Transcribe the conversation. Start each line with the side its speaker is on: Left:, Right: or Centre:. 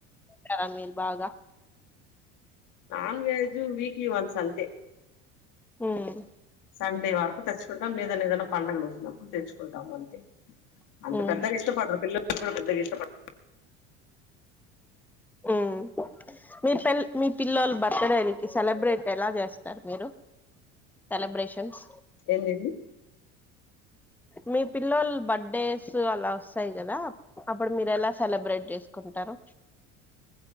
Centre: టారా మీరు బాగా
Left: నాన్ వెజు వీక్లీ వన్స్ అంతే
Centre: మ్మ్
Left: సండే వరకు తెచ్చుకుంటాం లేదంటే ఏదైనా పండగలు వచ్చినప్పుడు తెచ్చుకుంటాం అంటే అంత
Centre: ఉమ్
Left: పెద్దగా ఇష్టపడరు పిల్లకి కూడా పెద్దగా ఇష్టపడారు
Centre: మ్మ్ మీల్ మీ పెల్ మీ పిల్లలు బర్త్డేకి సెలబ్రేట్ ఎలా చేస్తారు మీరు సెలబ్రేషన్స్
Left: ఏంటి అండి
Centre: మీ పిల్లొల్లు బర్త్డేస్ అలా వస్తాయి కదా అప్పుడు మీరు ఎలా సెలబ్రేట్ చేసుకుంటారు